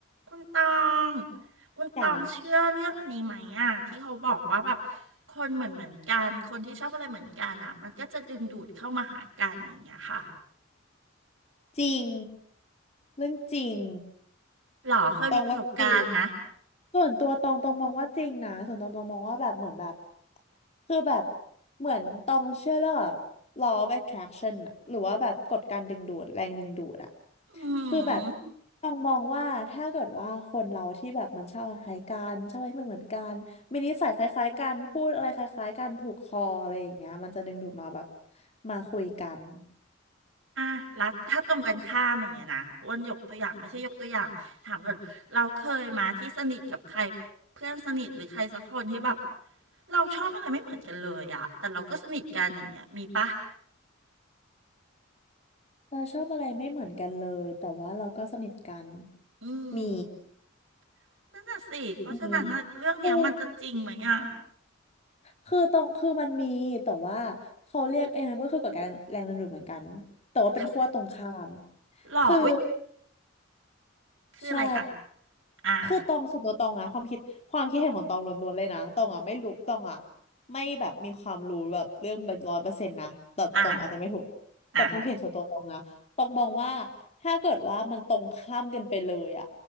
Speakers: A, on the right; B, on the left.
A: คุณตองคุณตองเชื่อเรื่องอันนี้ไหมอ่ะที่เขาบอกว่าแบบ
B: จ๋า
A: คนเหมือนเหมือนกันคนที่ชอบอะไรเหมือนกันอ่ะมันก็จะดึงดูดเข้ามาหากันอย่างเงี้ยค่ะ
B: จริงเรื่องจริง
A: หรอเคยมีประสบการณ์ไหม
B: ตองว่าจริงส่วนตัวตองตองมองว่าจริงนะส่วนตองตองมองว่าแบบเหมือนแบบคือแบบเหมือนตองเชื่อเรื่องแบบ law of attraction อะหรือว่าแบบกฎการดึงดูดแรงดึงดูดอะ
A: อื
B: คือแบบ
A: ม
B: ตองมองว่าถ้าเกิดว่าคนเราที่แบบมันชอบคล้ายๆกันชอบอะไรที่มันเหมือนๆกันมีนิสัยคล้ายๆกันพูดอะไรคล้ายๆกันถูกคออะไรอย่างเงี้ยมันจะดึงดูดมาแบบมาคุยกัน
A: อ่ะแล้วถ้าตรงกันข้ามอย่างเงี้ยนะอ้วนยกตัวอย่างไม่ใช่ยกตัวอย่างถามก่อนเราเคยมาที่สนิทกับใครเพื่อนสนิทหรือใครสักคนที่แบบเราชอบอะไรไม่เหมือนกันเลยอะแต่เราก็สนิทกันอย่างเงี้ยมีปะ
B: เราชอบอะไรไม่เหมือนกันเลย แต่ว่าเราก็สนิทกัน
A: อืม
B: มี
A: นั่นน่ะสิ เพราะฉะนั้นน่ะเรื่องเนี้ยมันจะจริงไหมอ่ะ
B: มีคือคือตรงคือมันมี แต่ว่าเขาเรียกเองก็คือกฎการแรงดึงดูดเหมือนกัน แต่ว่าเป็นขั้วตรงข้าม
A: ทำหล่ออุ๊ย
B: คือ
A: คืออะไรคะ
B: ใช่
A: อ่า
B: คือตองส่วนตัวตองอะความคิดความคิดเห็นของตองล้วนๆเลยนะตองอะไม่รู้ตองอะไม่แบบมีความรู้แบบเรื่องเป็นร้อยเปอร์เซ็นต์นะแต่ตองอาจจะไม่ถูก
A: อ่าอ่า
B: แต่ความคิดเห็นส่วนตัวตองนะตองมองว่าถ้าเกิดว่ามันตรงข้ามกันไปเลยอะ